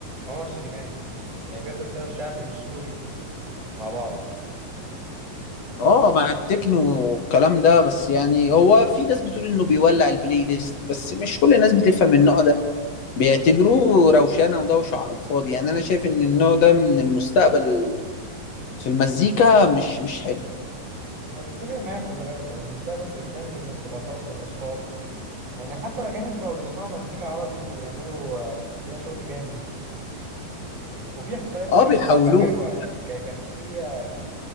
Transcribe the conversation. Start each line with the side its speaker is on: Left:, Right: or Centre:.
Right: عمر سليمان يعني بياخد كده الشعبي والسوري مع بعض
Left: اه مع التكنو والكلام ده بس يعني هو في ناس بتقول انه بيولع البلاي ليست بس مش كل الناس بتفهم النوع ده بيعتبروه روشانه ودوشه على الفاضي يعني انا شايف ان النوع ده من المستقبل في المزيكا مش مش حلو
Right: أنا متفق معاك خلي بالك يعني المستقبل في الدمج من الثقافات والأصوات يعني حتى الأجانب بقوا يسمعوا مزيكا عربي وبيعملوا آه، بيها شغل جامد وفي حفلات
Left: اه
Right: كمان
Left: بيحولوها
Right: بتبقى حلوة يعني ك- كان في آه،